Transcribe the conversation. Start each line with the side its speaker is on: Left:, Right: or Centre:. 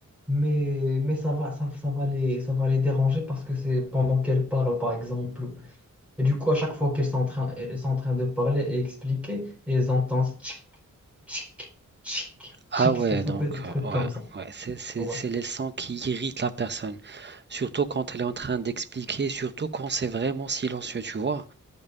Centre: mais, mais ça va, ça, ça va les, ça va les déranger parce que c'est pendant qu'elles parlent par exemple. Et du coup, à chaque fois qu'elles sont en train, elles sont en train de parler et expliquer, elles entendent tchic, tchic, tchic, tchic.
Right: Ah ouais,
Centre: C'est- Ça
Right: donc,
Centre: peut être des trucs
Right: euh,
Centre: comme
Right: ouais,
Centre: ça.
Right: ouais, c'est, c'est,
Centre: Ouais.
Right: c'est les sons qui irritent la personne. Surtout quand elle est en train d'expliquer, surtout quand c'est vraiment silencieux, tu vois.